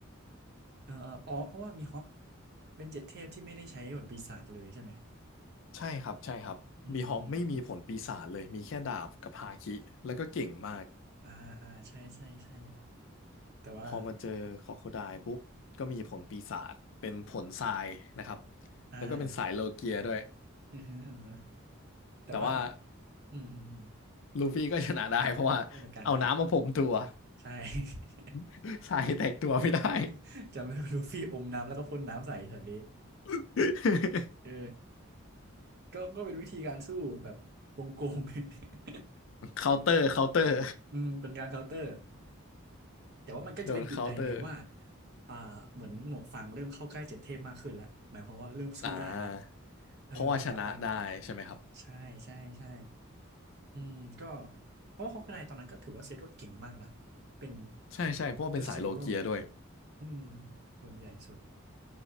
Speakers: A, on the right; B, on the left.
A: เอออ๋อเพราะว่ามีฮอกเป็นเจ็ดเทพที่ไม่ได้ใช้บทปีศาจเลยใช่ไหม
B: ใช่ครับใช่ครับบีฮอกไม่มีผลปีศาจเลยมีแค่ดาบกับฮาคิแล้วก็เก่งมาก
A: อืมอืมอืมอ่าอ่าใช่ใช่ใช่แต่ว่า
B: พอมาเจอคอโคไดปุ๊บก็มีผลปีศาจเป็นผลทรายนะครับ
A: <coughs> อ่า
B: แล้วก็เป็นสายโลเกียด้วย
A: <laughs> อือฮึอือฮึแต่ว่า
B: แต่ว่า
A: อืมอืมอืม
B: ลูฟี่ก็ชนะได้เพราะว่าเอาน้ำมาพรมตัว
A: ก็จัดการได้ใช่
B: <laughs> ทรายแตกตัวไม่ได้
A: <laughs> จำได้ว่าลูฟี่อมน้ำแล้วก็พ่นน้ำใส่ช็อตนี้
B: <laughs>
A: เออก็ก็เป็นวิธีการสู้แบบโกงๆ
B: เคาน์เตอร์เคาน์เตอร์
A: <laughs> อืมเป็นการเคาน์เตอร์ แต่ว่ามันก็จะเป็นอีกในหนึ่งว่า
B: โดนเคาน์เตอร์
A: อ่าเหมือนหมวกฟางเริ่มเข้าใกล้เจ็ดเทพมากขึ้นแล้ว หมายความว่าเริ่มสู้ได้แล้ว
B: อ่า
A: เออจากตอนแรก
B: เพราะว่าชนะได้ใช่ไหมครับ
A: ใช่ใช่ใช่อืมก็เพราะว่าฮอกไกตอนนั้นก็ถือว่าเซตว่าเก่งมากนะเป็น
B: ใช่ใช่เพราะว่าเป็นสายโลเกียด้วย
A: มิสเตอร์ซีโร่อืมคนใหญ่สุด